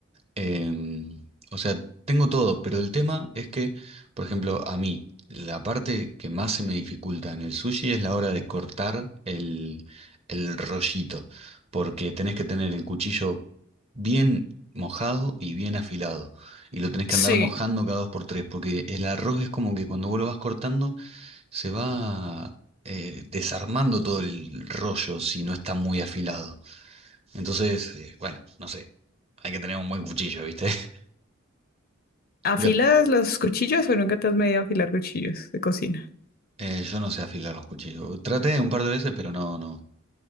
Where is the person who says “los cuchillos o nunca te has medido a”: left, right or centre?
Left